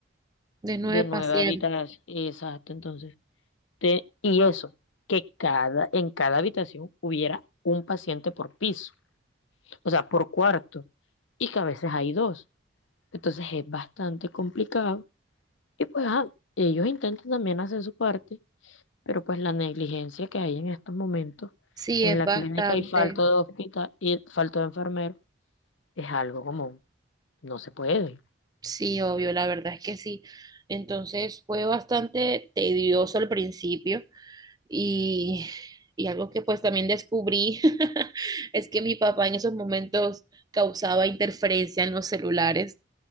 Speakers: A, on the right; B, on the left.
A: de nueve
B: de nueve
A: pacientes.
B: habitaciones. Exacto, entonces. te- y eso, que cada, en cada habitación hubiera un paciente por piso, o sea, por cuarto, y que a veces hay dos. Entonces es bastante complicado. Y pues ajá, ellos intentan también hacer su parte, pero pues la negligencia que hay en estos momentos
A: Sí,
B: en
A: es
B: la
A: bastante.
B: clínica y falta de hospital y falta de enfermero es algo como no se puede.
A: Sí, obvio, la verdad es que sí. Entonces fue bastante tedioso al principio y, <laughs> y algo que pues también descubrí <laughs> es que mi papá en esos momentos causaba interferencia en los celulares